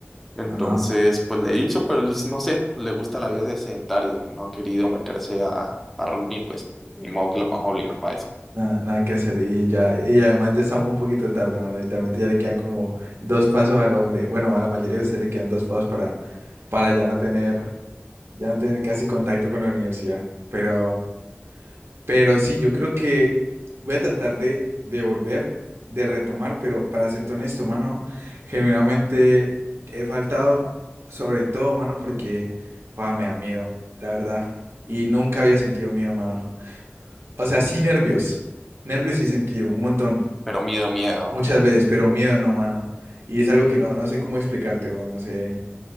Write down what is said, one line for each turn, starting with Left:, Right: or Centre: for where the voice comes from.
Centre: Entonces,
Right: Ajá.
Centre: pues le he dicho, pero le- no sé, le gusta la vida de sedentaria y no ha querido meterse a, a rugby, pues ni modo que lo vamos a obligar para eso.
Right: Nada, nada que hacer. Y ya, y además ya estamos un poquito tarde, mano. Literalmente ya le quedan como dos pasos al hombre. Bueno, a la mayoría de ustedes le quedan dos pasos para, para ya no tener, ya no tener casi contacto con la universidad. Pero. Pero sí, yo creo que voy a tratar de, de volver, de retomar, pero para serte honesto, mano, genuinamente he faltado, sobre todo, mano, porque joda, me da miedo, la verdad. Y nunca había sentido miedo, mano. O sea, sí nervios, nervios sí he sentido, un montón,
Centre: Pero miedo, miedo,
Right: muchas
Centre: o sea,
Right: veces, pero miedo no, mano. Y es algo que no, no sé cómo explicarte, weón, no sé,